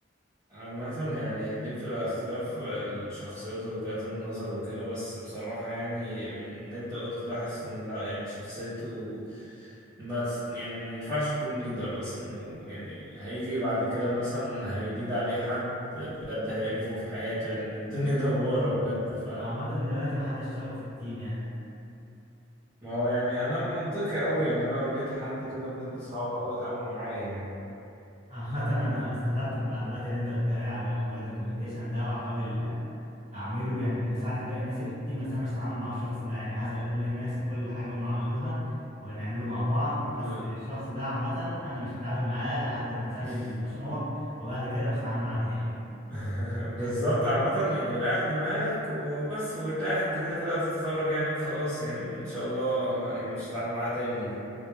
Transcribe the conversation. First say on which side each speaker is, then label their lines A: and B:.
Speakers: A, on the right (about 15°); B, on the right (about 35°).
A: عامة يعني دي بتبقى اختلاف الشخصيات ووجهات النظر وكده بس بصراحة يعني من اللي انت قلت ده حاسس ان لا يعني شخصيته ما تس- يعني ما ينفعش تكون ليدر اصلا ويعني هيجي بعد كده مثلا هيليد عليه حد بجد هيقرفه في حياته يعني الدنيا <laughs> دوارة بجد ف
B: هو عامه دلوقتي محدش طايقه في التيم يعني
A: ما هو يعني انا منطقي قوي يعني انا لو لقيت حد كده بجد صعب قوي اتعامل معاه يعني
B: عامة أنا استفدت بالمعلومات اللي أنت قلتها لي على موضوع الدوكيومنتيشن ده وأحاول أعمله يعني بمساعدة باقي الناس اللي في التيم بس أنا مش هتعامل مع الشخص ده يعني هسأل كل الناس في كل حاجة هم عملوها ونعمله مع بعض
A: ب...
B: بس الشخص ده عامة أنا مش هتعامل معاه لحد ما نسلم
A: <laughs>
B: المشروع وبعد كده مش هتعامل معاه نهائي
A: <laughs>
B: <laughs>
A: بالظبط عامة يعني ريح دماغك وبس وارتاح انت كده كده هتتخرج يعني وخلاص يعني ان شاء الله ما يعني مش هتعمل معاه تاني يعني